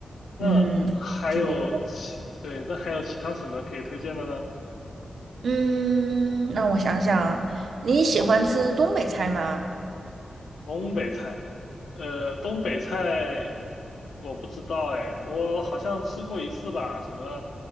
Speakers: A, on the left (about 80°); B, on the right (about 70°).
A: 那还有其，
B: 嗯，挺不错。
A: 对，那还有其他什么可以推荐的呢？
B: 嗯，让我想想，你喜欢吃东北菜吗？
A: 东北菜，呃，东北菜我不知道哎，我好像吃过一次吧，什么